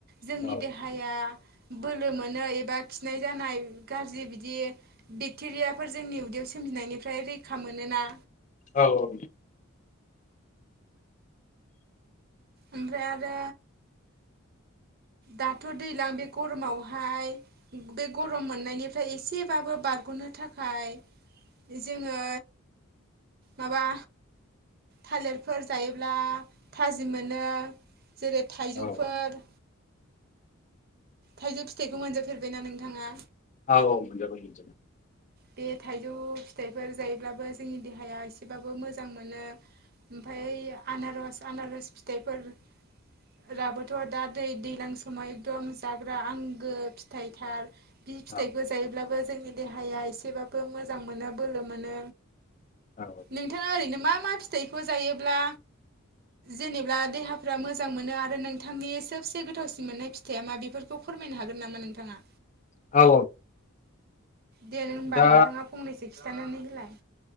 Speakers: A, on the right; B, on the left.
A: जोंनि
B: नोंथां
A: देहाया बोलो मोनो एबा खिनाय जानाय गाज्रि बिदि बेक्टेरियाफोर जोंनि उदैयाव सोम -जिनायनिफ्राय रैखा मोनोना
B: औ औ औ
A: ओमफ्राय आरो दाथ' दैलां बे गरमावहाय बे गरम मोननायनिफ्राय एसेबाबो बारग'नो नो थाखाय जोङो माबा थालिरफोर जायोब्ला थाजिम मोन नो जेरै थाइजौफोर
B: औ
A: थाइजौ फिथाइखौ मोनजाफेरबायना नोंथाङा?
B: औ औ मोनजाबाय मोनजाबाय
A: बे थाइजौ फिथाइफोर जायोब्लाबो जोंनि ओमफ्राय आनारस आनारस फिथाइफोर राबोथ' दा दै दैज्लां समाव एकदम जाग्रा आंगो फिथाइथार बि फिथाइखौ
B: औ
A: जायोब्लाबो जोंनि देहाया एसेबाबो मोजां मोनो बोलो मोनो
B: औ
A: नोंथाङा ओरैनो मा मा फिथाइखौ जायोब्ला जेनेब्ला देहाफ्रा मोजां मोनो आरो नोंथांनि सबसे गोथावसिन मोननाय फिथाइया मा बेफोरखौ फोरमायनो हागोन नामा नोंथाङा?
B: औ
A: दे होनबा
B: दा
A: नोंथाङा फंनैसो खिन्थानानै होलाय।